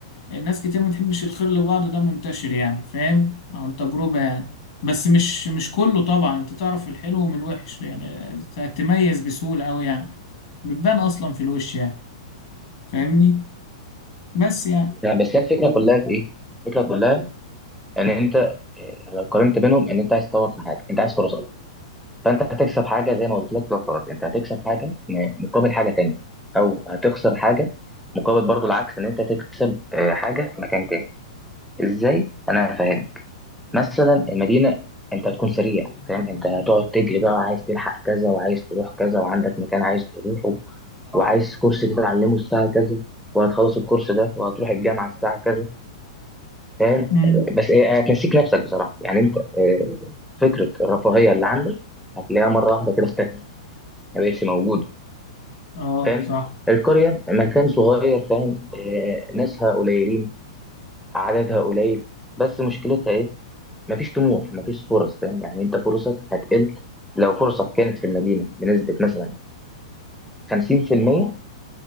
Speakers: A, on the left; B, in the centre.
A: يعني ناس كتير ما تحبش الخير لبعض ده منتشر يعني فاهم عن تجربة يعني بس مش مش كله طبعا انت تعرف الحلو من الوحش يعني تميز بسهولة أوي يعني بتبان أصلا في الوش يعني فاهمني بس يعني
B: يعني بس هي الفكره كلها في ايه الفكره كلها ان انت آه، لو قارنت بينهم ان انت عايز تطور في حاجه انت عايز فرص اكتر فانت هتكسب حاجه زي ما قلت لك لو فرص انت هتكسب حاجه م- مقابل حاجه تانية او هتخسر حاجه مقابل برضو العكس ان انت تكسب آه، حاجه في مكان تاني ازاي انا فاهم مثلا المدينه انت هتكون سريع فاهم انت هتقعد تجري بقى عايز تلحق كذا وعايز تروح كذا وعندك مكان عايز تروحه وعايز كورس تتعلمه الساعه كذا وهتخلص الكورس ده وهتروح الجامعه الساعه كذا فاهم
A: امم
B: بس هي هتنسيك نفسك بصراحه يعني انت آه، فكره الرفاهيه اللي عندك هتلاقيها مره واحده كده اختفت ما بقتش موجوده
A: اه
B: فاهم
A: صح
B: القريه مكان صغير فاهم آه، ناسها قليلين عددها قليل بس مشكلتها ايه مفيش طموح مفيش فرص فاهم يعني انت فرصك هتقل لو فرصك كانت في المدينه بنسبه مثلا 50%